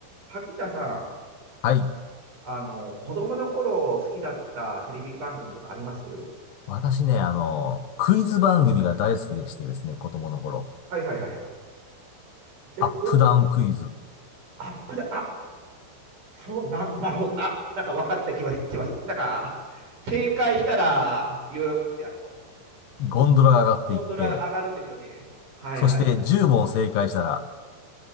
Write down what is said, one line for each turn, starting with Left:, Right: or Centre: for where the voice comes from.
Right: 萩田さん、
Left: はい。
Right: あの、子供の頃好きだったテレビ番組とかあります
Left: 私ね、あの、クイズ番組が大好きでしてですね、子供の頃。
Right: はいはいはいはい。え、
Left: アップダウンクイズ。
Right: ど、あ、こちら、あ、そう、な、なるほど。あ、なんか分かった気はきます。なんか、正解したら、ビューンってあの、
Left: ゴンドラが上がっていって、
Right: ゴンドラ上がるんですよね。はいはいはい。
Left: そして10問正解したら、